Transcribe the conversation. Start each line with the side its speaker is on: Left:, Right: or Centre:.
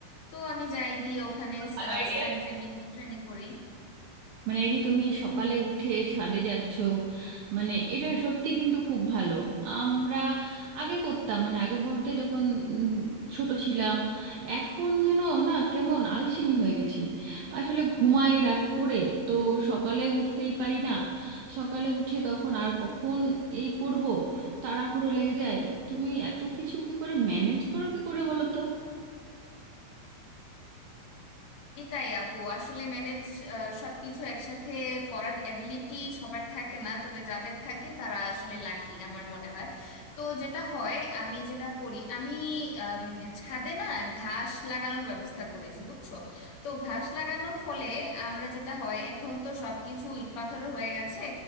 Left: তো আমি যাই গিয়ে ওখানে
Right: ভালো আইডিয়া।
Left: স্ট্রেংথ ট্রেনিং ট্রেনিং করি
Right: মানে এই যে তুমি সকালে উঠে ছাদে যাচ্ছ মানে এটা সত্যি কিন্তু খুব ভালো আমরা আগে করতাম মানে আগে বলতে যখন উম, ছোট ছিলাম এখন যেন না কেমন আলসেমি হয়ে গেছি আসলে ঘুমাই রাত করে তো সকালে উঠতেই পারি না সকালে উঠে তখন আর কখন এই করব তাড়াহুড়ো লেগে যায় তুমি এত কিছু কি করে ম্যানেজ করো কি করে বলো তো
Left: এটাই আপু আসলে ম্যানেজ সবকিছু একসাথে করার এবিলিটি সবার থাকে না তবে যাদের থাকে তারা আসলে লাকি আমার মনে হয় তো যেটা হয় আমি যেটা করি আমি আম, ছাদে না ঘাস লাগানোর ব্যবস্থা করেছি বুঝছো তো ঘাস লাগানোর ফলে আমরা যেটা হয় এখন তো সবকিছু ইট পাথরের হয়ে গেছে